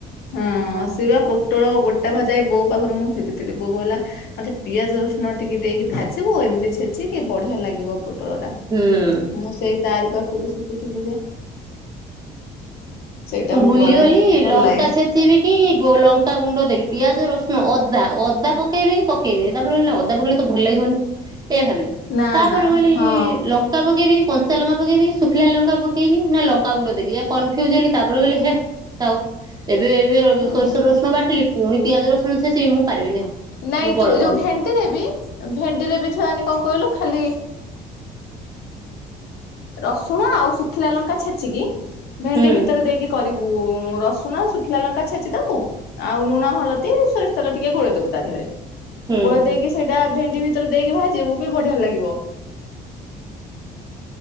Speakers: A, on the left; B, on the right.
A: ହଁ ସେବା ପୋଟଳ ଗୋଟା ଭଜା ବହୁତ ପାଖରୁ ମୁଁ ଶିଖି ଥିଲି ବୋଉ କହିଲା ମତେ ପିଆଜ ରସୁଣ ଟିକେ ଦେଇକି ଭାଜିବୁ ଏମିତି ଛେ ଚିକି ବଢିଆ ଲାଗିବ ପୋଟଳ ଟା
B: ହୁଁ।
A: ମୁଁ ସେଇ ତାରି ପାଖରୁ ଶିଖିଥିଲି ଯେ ସେଇଟା
B: ମୁଁ ଭୁଲିଗଲି
A: କରେ ଭଲ
B: ଲଙ୍କା
A: ଲାଗେ।
B: ଛେ ଚିବି କି ଗ ଲଙ୍କା ଗୁଣ୍ଡ ଦେବି ପିଆଜ ରସୁଣ ଅଦା ଅଦା ପକେଇବି କି ପକେଇବିନି ତାପରେ ନା ଅଦା ପକେଇଲେ ତ ଭଲ ଲାଗିବନି। ଏ ଭାବିଲି
A: ନା
B: ତାପରେ
A: ନା
B: କହଲି
A: ହଁ
B: ଲଙ୍କା ପକେଇବି କି କଞ୍ଚା ଲଙ୍କା ପକେଇବି କି ଶୁଖିଲା ଲଙ୍କା ପକେଇବି ନା ଲଙ୍କା ଗୁଣ୍ଡ ଦେବି ୟା କନଫ୍ୟୁଜ୍ ହେଲି ତାପରେ କହିଲ ହେ ତାଉ ଏବେ ଏବେ ଏ
A: ହଁ।
B: ସୋରିଷର ରସୁଣ ବାଟିଲି ପୁଣି ପିଆଜ ରସୁଣ ଛେଚିବି ମୁ ପାରିବିନି ଆଉ
A: ନାଇଁ
B: ମୁଁ ବଳ
A: ତୁ ଏ
B: ପାଉନି
A: ଯୋଉ ଭେଣ୍ଡିରେ ବି ଭେଣ୍ଡିରେ ବି ଛୁଆ ମାନେ କଣ କହିଲୁ ଖାଲି ରସୁଣ ଆଉ ଶୁଖିଲା ଲଙ୍କା ଛେଚିକି ଭେଣ୍ଡି
B: ହୁଁ
A: ଭିତରେ ଦେଇକି କରିବୁ ରସୁଣ ଶୁଖିଲା ଲଙ୍କା ଛେଚି ଦବୁ ଆଉ ଲୁଣ ହଳଦୀ ସୋରିଷ ତେଲ ଟିକେ ଗୋଳେଇ ଦବୁ ତା ଦେହରେ
B: ହୁଁ
A: ଗୋଳେଇ ଦେଇକି ସେଇଟା ଭେଣ୍ଡି ଭିତରେ ଦେଇକି ଭାଜିବୁ ବି ବଢିଆ ଲାଗିବ।